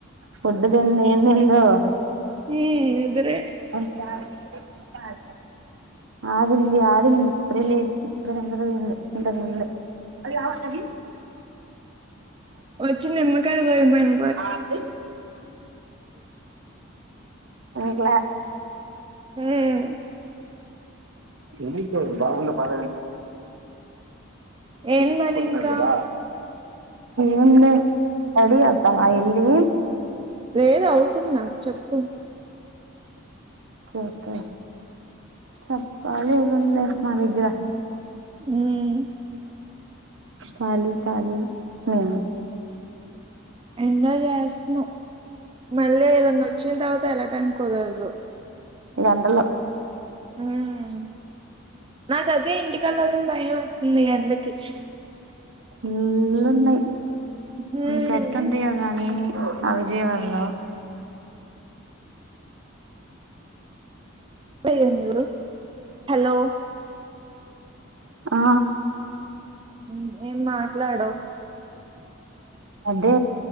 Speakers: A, on the right; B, on the right.
A: ఫుడ్ తింది ఏమైందో.
B: హె నీదిరే.
A: <unintelligible> ఆడింది ఆడింది ఇప్పుడే లేచి ఇప్పుడే నిదర పోయింది ఇంతకు ముందు. అదీ కదా కర్రీ.
B: ఓచ్చి నిమ్మకాలు కోయిమను.
A: ఆ కీ. ఎందుకుల్లే.
B: హ్మ్.
A: హెవికోర్ బాగుందా బాలేదా. మీర్
B: ఏం
A: ట్రిప్
B: మరి
A: కొచ్చినారు
B: ఇంకా?
A: గద. ఏందే రడీ అయిఅత్తావా ఏల్లీ.
B: లేద్ అవుతున్న చెప్పు.
A: ఓకే చప్పాలి ఏముందే మ దగ్గర.
B: ఉమ్.
A: స్టాలీ తాలీ మేము.
B: ఎంజాయ్ జేస్తున్నాం మళ్ళీ ఏదన్న ఓచ్చిన్ తర్వాత ఎల్లాటాని కుదరదు
A: యండలో.
B: ఉమ్ నా కదే ఇంటి కెళ్ళాలని భయమ. నీ అన్నకి చ్చు స్.
A: మూల్లున్నాయి
B: హ్మ్.
A: మీ కేట్టుటుయో గానీ. ఆ విజయవాడల్లో.
B: గైనన్ జూడు హలో.
A: ఆ.
B: ఉమ్ ఏం మాట్లాడవ్.
A: అంటే